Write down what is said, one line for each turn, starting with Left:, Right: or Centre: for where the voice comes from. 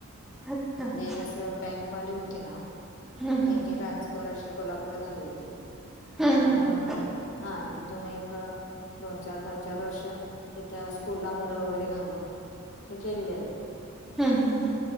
Centre: अच्छा
Left: म्हणजे
Centre: हम्म
Left: असं बँक वाली होती ना
Centre: हम्म.
Left: त्यांची ट्रान्सफर अशी कोल्हापूरला झाली होती.
Centre: हम्म हम्म
Left: मग हा तिथून एक दोन चार दोन चार वर्ष इथ स्कूल ला मुलं वगैरे घालून हे केलेले आहेत ते.
Centre: हम् हम ह.